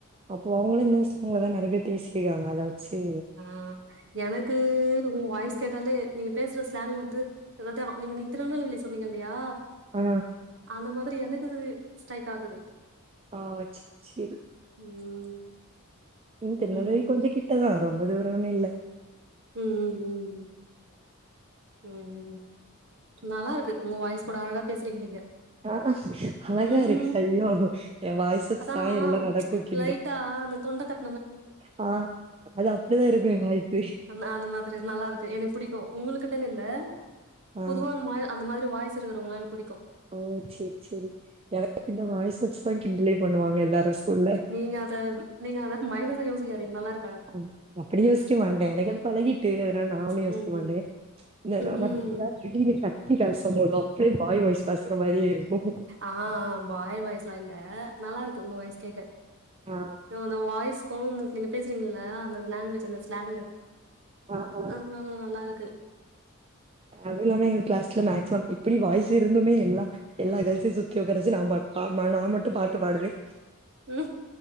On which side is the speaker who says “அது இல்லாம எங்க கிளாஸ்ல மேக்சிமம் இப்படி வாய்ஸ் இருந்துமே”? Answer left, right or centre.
Right